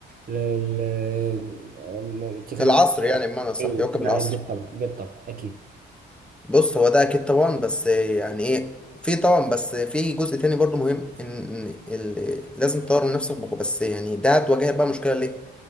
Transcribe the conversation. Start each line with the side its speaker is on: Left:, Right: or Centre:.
Right: ال ال- التكنولوجيا
Centre: العصر يعني بمعنى صح
Right: أيوة.
Centre: يواكب
Right: نعم
Centre: العصر
Right: بالطبع بالطبع أكيد
Centre: بص هو ده اكيد طبعا بس يعني ايه في طبعا بس في جزء تاني برضو مهم ان ال- لازم تطور من نفسك بقوة بس يعني ده هتواجهك بقى مشكلة ليه